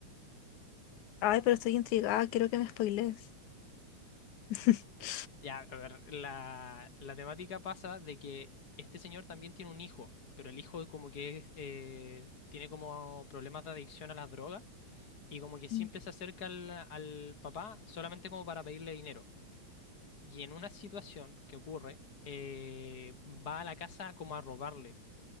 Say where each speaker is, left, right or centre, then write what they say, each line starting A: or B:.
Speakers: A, on the left (about 85°); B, on the left (about 35°).
A: Ay, pero estoy intrigada, quiero que me spoilees. <laughs>
B: Ya, a ver, la, la temática pasa de que este señor también tiene un hijo, pero el hijo como que es, eh, tiene como problemas de adicción a las drogas y como que siempre
A: mm.
B: se acerca al, al papá solamente como para pedirle dinero. y en una situación que ocurre, eh, va a la casa como a robarle.